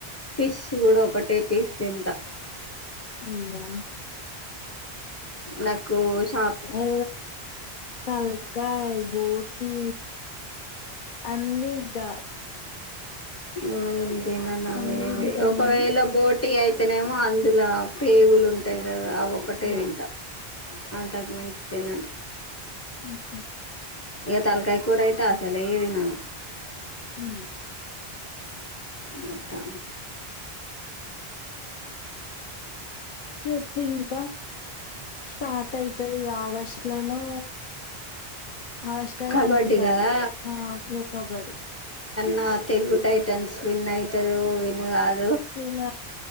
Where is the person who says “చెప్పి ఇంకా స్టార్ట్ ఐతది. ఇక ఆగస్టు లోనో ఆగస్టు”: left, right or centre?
Left